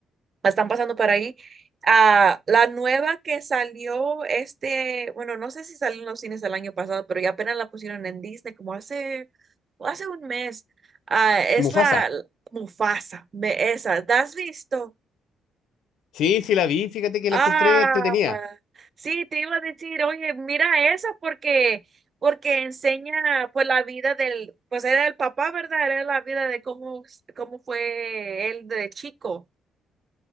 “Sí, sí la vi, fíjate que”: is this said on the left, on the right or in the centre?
Left